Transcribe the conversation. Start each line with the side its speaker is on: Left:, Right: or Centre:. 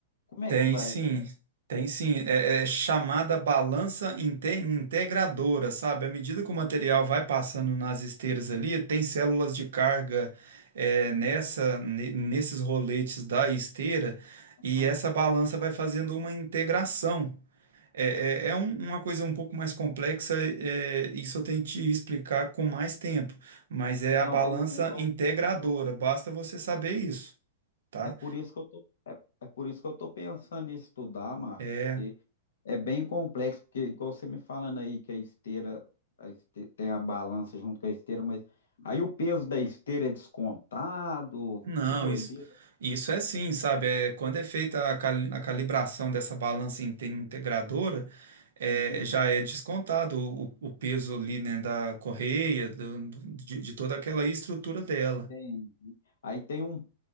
Left: como é
Right: Tem
Left: que vai?
Right: sim,
Left: Como é que
Right: tem sim. É, é chamada balança inte- integradora, sabe? À medida que o material vai passando nas esteiras ali, tem células de carga é, nessa, ne- nesses roletes da esteira, e
Left: Hã?
Right: essa balança vai fazendo uma integração. É, é, é um- uma coisa um pouco mais complexa, é, isso eu tenho que te explicar com mais tempo, mas é
Left: Não,
Right: a balança
Left: beleza, então
Right: integradora,
Left: eu tô-
Right: basta você saber isso, tá?
Left: É por isso que eu tô, é, é por isso que eu tô pensando em estudar, Márcio,
Right: É,
Left: porque É bem complexo, porque igual você me falando aí que a esteira, a este- tem a balança junto com a esteira, mas aí o peso da esteira é descontado,
Right: Não,
Left: que doideira.
Right: isso, isso é sim, sabe? É, quando é feita a, cali- a calibração dessa balança inte- integradora, é,
Left: Uhum,
Right: já é descontado o, o peso ali, né, da correia, do- do- de, de toda aquela estrutura dela.
Left: entendi. Aí tem um,